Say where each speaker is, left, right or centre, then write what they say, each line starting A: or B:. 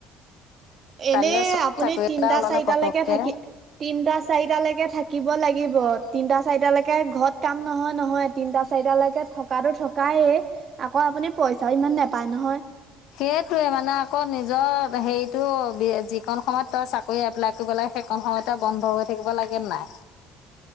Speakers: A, on the right (about 30°); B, on the left (about 65°).
A: এনে
B: কাইলৈ চৰকাৰী
A: আপুনি
B: চাকৰি
A: তিনটা
B: এটা ওলালে
A: চাৰিটালৈকে
B: পতককে
A: থাকি! তিনটা চাৰিটালৈকে থাকিব লাগিব তিনটা চাৰিটালৈকে ঘৰত কাম নহয় নহয়। তিনটা চাৰিটালৈকে থকাতো থকায়ে আকৌ আপুনি পইচাও ইমান নেপায় নহয়।
B: সেইটোৱে মানে আকৌ নিজৰ হেৰিতটো যিকণ সময়ত তই চা! চাকৰি এপ্লাই কৰিব লাগে সেই কণ সময় তে বন্ধ হৈ থাকিব লাগে নে নাই?